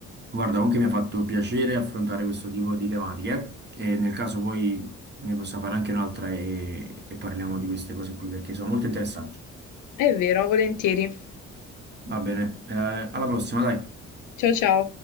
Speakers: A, on the right; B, on the left.
A: Guarda, comunque mi ha fatto piacere affrontare questo tipo di tematiche eh. e nel caso poi ne posso fare anche un'altra e e parliamo di queste cose qui perché sono molto interessanti.
B: È vero, volentieri.
A: Va bene, eh, alla prossima, dai.
B: Ciao ciao.